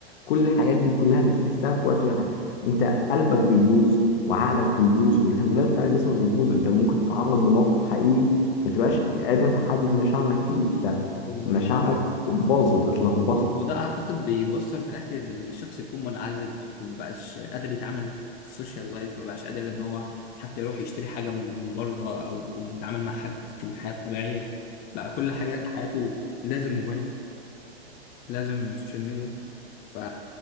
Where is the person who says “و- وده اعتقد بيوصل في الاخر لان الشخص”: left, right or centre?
Left